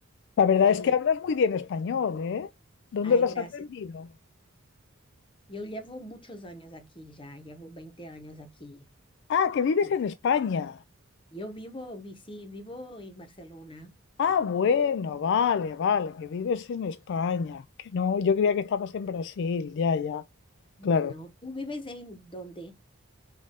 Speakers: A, on the left; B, on the left.
A: La verdad
B: Y
A: es que hablas muy bien español, ¿eh? ¿Dónde
B: Ay,
A: lo
B: gracias.
A: has aprendido?
B: E eu llevo muchos años aquí ya, llevo 20 años aquí.
A: Ah, que vives
B: Eh,
A: en España.
B: Yo vivo, vi- sí, vivo en Barcelona.
A: Ah, bueno, vale, vale, que vives en España. Que no, yo creía que estabas en Brasil, ya, ya.
B: No,
A: Claro.
B: no. ¿Tú vives en dónde?